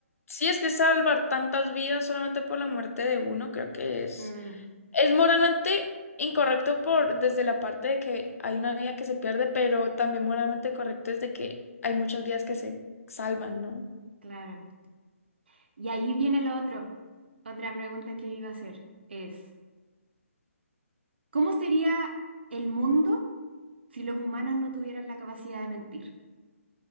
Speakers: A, on the left; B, on the right.
A: Sí, es que salvar tantas vidas solamente por la muerte de uno, creo que es.
B: Mm,
A: Es moralmente incorrecto por desde la parte de que hay una vida que se pierde, pero también moralmente correcto es de que hay muchas vidas que se salvan, ¿no?
B: claro. Y ahí viene lo otro. Otra pregunta que iba a hacer es, ¿cómo sería el mundo si los humanos no tuvieran la capacidad de mentir?